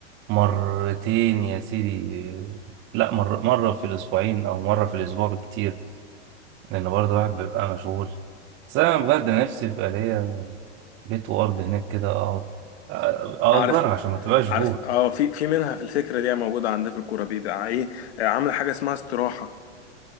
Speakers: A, on the right (about 35°); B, on the left (about 65°).
A: مرتين يا سيدي لا مر... مرة في الاسبوعين او مرة في الاسبوع بكتير لأن برضه الواحد بيبقى مشغول بس أنا بجد نفسي يبقى ليا بيت وأرض هناك كده أقعد أأجرها
B: عارف
A: عشان ما تبقاش بور
B: عارف اه في في منها في الفكره دي موجوده عندنا في الكوره بيبقى ايه عامل حاجه اسمها استراحه